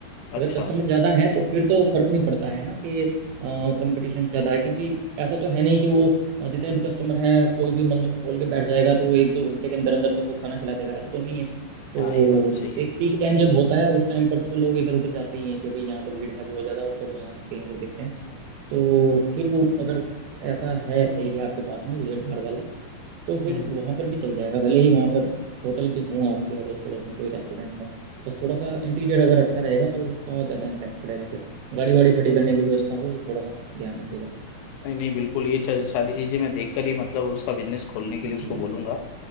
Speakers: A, on the left; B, on the right.
A: अच्छा
B: अगर कस्टमर ज्यादा हैं तो फिर तो फर्क नहीं पड़ता है ना कि कंपटीशन ज्यादा है क्योंकि ऐसा तो है नहीं कि वो अ, जितने भी कस्टमर हैं कोई भी मतलब खोल के बैठ जाएगा तो वो एक दो घंटे के अंदर अंदर सबको खाना खिला देगा ऐसा तो नहीं है तो
A: हाँ ये बात तो सही है
B: एक पीक टाइम जब होता है उस टाइम पर तो लोग इधर उधर जाते ही हैं कि भाई यहाँ तो भीड़ है बहुत ज्यादा और चलो यहाँ नहीं कहीं और देखते हैं तो फिर वो अगर ऐसा है एरिया आपके पास में भीड़ भाड़ वाला तो फिर
A: हम्म हम्म।
B: वहां पर भी चल जाएगा भले ही वहां पर होटल भी हों आपके अड़ोस पड़ोस में कोई रेस्टोरेंट हो बस थोड़ा सा इंटीरियर अगर अच्छा रहेगा तो उसका ज़्यादा इम्पैक्ट पड़ेगा फिर गाड़ी वाड़ी खड़ी करने की व्यवस्था हो ये थोड़ा सा ध्यान रखिएगा
A: नहीं नहीं बिल्कुल ये च- सारी चीजें मैं देखकर ही मतलब उसका बिजनेस खोलने के
B: जी
A: लिए उसको
B: जी
A: बोलूंगा